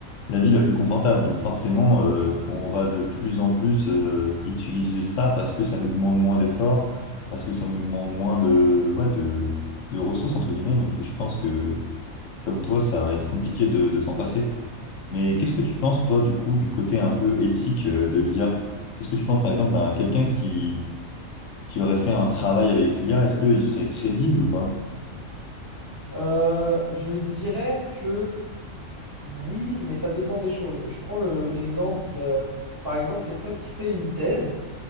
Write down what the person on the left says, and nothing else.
la vie la plus confortable. Donc, forcément, euh, on va de plus en plus, euh, utiliser ça parce que ça nous demande moins d'efforts, parce que ça nous demande moins de, ouais, de, de ressources, entre guillemets. Donc, je pense que, comme toi, ça va être compliqué de, de s'en passer. Mais
qu'est-ce que tu penses, toi, du coup, du côté un peu éthique euh, de l'IA? Qu'est-ce que tu penses, par exemple, ben, quelqu'un qui, qui aurait fait un travail avec l'IA, est-ce qu'il serait crédible ou pas?